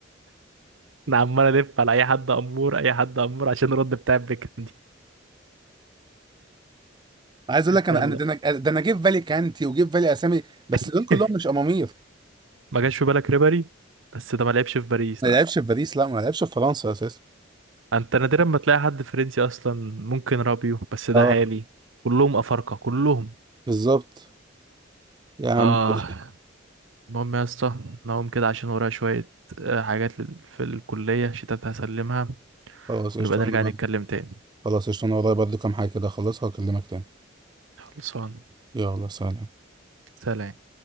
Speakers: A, on the right; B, on the right.
A: انا عمال الف على اي حد امور اي حد امور عشان الرد بتاع بيكهام دي
B: عايز اقول لك انا
A: يلا
B: انا ده انا ده انا جه في بالي كانتي وجه في بالي اسامي بس
A: <laughs>
B: دول كلهم مش امامير
A: ما جاش في بالك ريبري بس ده ما لعبش في باريس
B: ما
A: لا
B: لعبش في باريس لا ما لعبش في فرنسا اساسا
A: انت نادرا ما تلاقي حد فرنسي اصلا ممكن رابيو بس ده
B: اه
A: حالي كلهم افارقه كلهم
B: بالظبط يا عم
A: اه
B: قشطة.
A: المهم يا اسطى نقوم كده عشان ورايا شويه آه، حاجات لل- في الكليه شتات هسلمها
B: خلاص قشطة
A: ونبقى نرجع
B: انا برضه
A: نتكلم تاني
B: خلاص قشطة انا ورايا برضه كام حاجة كده اخلصها واكلمك تاني
A: خلصان
B: يلا سلام
A: سلام